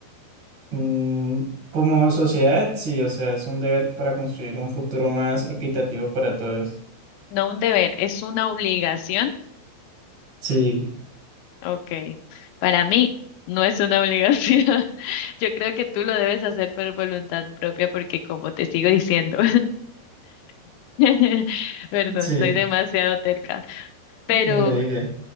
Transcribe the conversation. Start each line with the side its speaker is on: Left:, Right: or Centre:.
Right: mm, como sociedad, sí, o sea, es un deber para construir un futuro más equitativo para todos.
Left: No un deber, ¿es una obligación?
Right: Sí,
Left: Ok, para mí no es una obligación. <laughs> Yo creo que tú lo debes hacer por voluntad propia porque como te sigo diciendo, <laughs> <laughs> perdón,
Right: sí,
Left: soy demasiado terca, pero
Right: diga, diga.